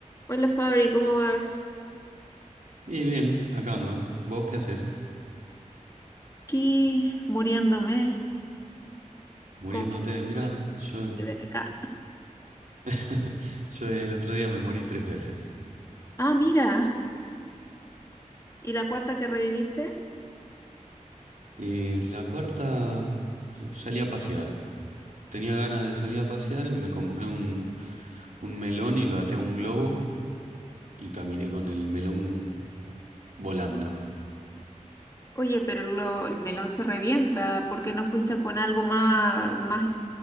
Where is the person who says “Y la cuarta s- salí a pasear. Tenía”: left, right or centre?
Right